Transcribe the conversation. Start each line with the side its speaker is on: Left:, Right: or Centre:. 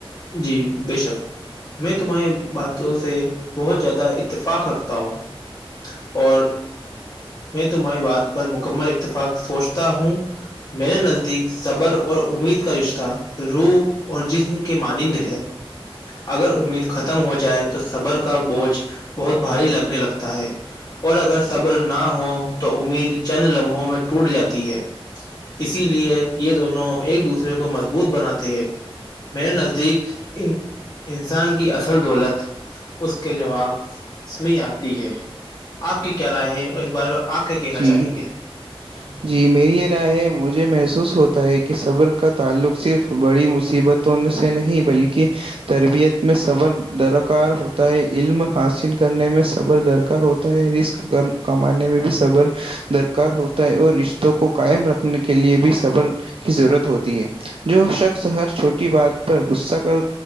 Left: جی بے شک میں تمہاری باتوں سے بہت زیادہ اتفاق رکھتا ہوں اور میں تمہاری بات پر مکمل اتفاق سوچتا ہوں میرے نزدیک صبر اور امید کا رشتہ روح اور جسم مانند ہے اگر امید ختم ختم ہو جائے تو صبر کا بوجھ بہت بھاری لگنے لگتا ہے اور اگر صبر نہ ہو تو امید چند لمحوں میں ٹوٹ جاتی ہے اسی لیے یہ دونوں ایک دوسرے کو مضبوط بناتے ہیں میرے نزدیک انسان کی اصل دولت اس کے جواب اس میں آتی ہے آپ کی کیا رائے ہے اور اس بارے میں آپ کیا کہنا
Right: جی
Left: چاہیں گے
Right: <unintelligible> جی میری یہ رائے ہے مجھے محسوس ہوتا ہے کہ صبر کا تعلق صرف بڑی مصیبت ان سے نہیں بلکہ تربیت میں صبر درکار ہوتا ہے علم حاصل کے کرنے میں صبر درکار ہوتا رسک کمانے میں بھی صبر درکار ہوتا ہے اور رشتوں کو قائم رکھنے کے لئے بھی بل کی ضرورت ہوتی ہے جو شخص ہر چھوٹی بات پر غصہ کر